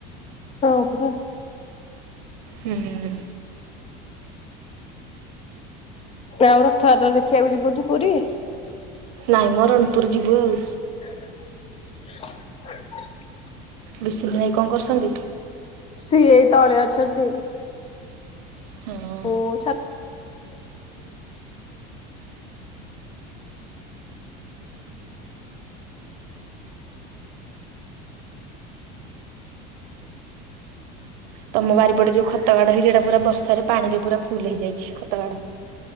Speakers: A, on the left; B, on the right.
A: ହଁ, ପରା।
B: ହୁଁ।
A: ଆଉ ରଥଯାତ୍ରା ଦେଖିବାକୁ ଯିବୁ କି ପୁରୀ?
B: ନାଇଁମ ରଣପୁର ଯିବୁ ଆଉ।
A: <inaudible>
B: ବିଶୁଲ ଭାଇ କଣ କରୁଛନ୍ତି?
A: ସିଏ ଏଇ ତଳେ ଅଛନ୍ତି।
B: ହଉ।
A: ମୁଁ ଛା
B: ତମ ବାରିପଟେ ଯୋଉ ଖତ ଗାଡ଼ ହେଇଚି ସେଟା ପୁରା ବର୍ଷାରେ ପାଣିରେ ପୁରା ଫୁଲ୍ ହେଇଯାଇଛି ଖତ ଗାଡ଼।